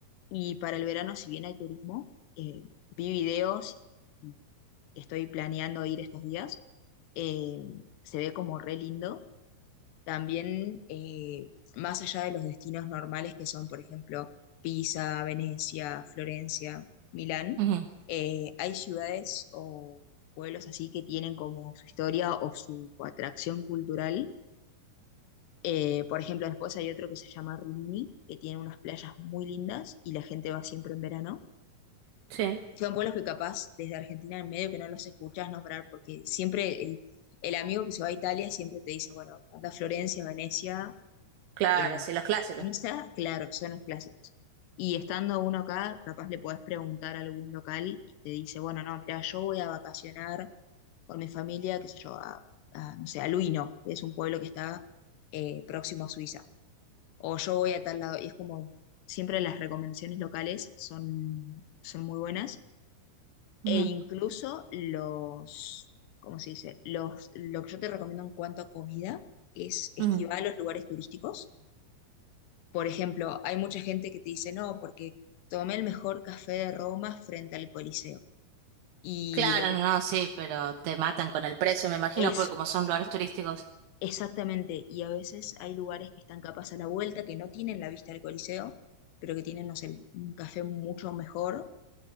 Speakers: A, on the left; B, on the right.
A: Y para el verano, si bien hay turismo, eh, vi videos, estoy planeando ir estos días, eh, se ve como re lindo también, eh, más allá de los destinos normales que son, por ejemplo, Pisa, Venecia, Florencia, Milán,
B: Ujú.
A: eh, hay ciudades o pueblos así que tienen como su historia o su atracción cultural. Eh, por ejemplo, después hay otro que se llama Rimini, que tiene unas playas muy lindas y la gente va siempre en verano.
B: Sí.
A: Son pueblos que capaz desde Argentina en medio que no los escuchas nombrar, porque siempre el, el amigo que se va a Italia siempre te dice, bueno, anda a Florencia, Venecia,
B: Claro,
A: eh,
B: sí, los clásicos.
A: esa, claro, son los clásicos. Y estando uno acá, capaz le podés preguntar a algún local y te dice, bueno, no, mira, yo voy a vacacionar con mi familia, qué sé yo, a, a, no sé, a Luino, que es un pueblo que está eh, próximo a Suiza. O yo voy a tal lado. Y es como, siempre las recomendaciones locales son, son muy buenas.
B: Ujú,
A: E incluso los, ¿cómo se dice? Los, lo que yo te recomiendo en cuanto a comida es esquivar
B: ujú.
A: los lugares turísticos por ejemplo, hay mucha gente que te dice, no, porque tomé el mejor café de Roma frente al Coliseo. Y
B: Claro,
A: lo que
B: no, no, sí, pero te matan con el precio, me imagino,
A: es
B: porque como son lugares turísticos.
A: exactamente, y a veces hay lugares que están capaz a la vuelta, que no tienen la vista del Coliseo, pero que tienen, no sé, un café mucho mejor.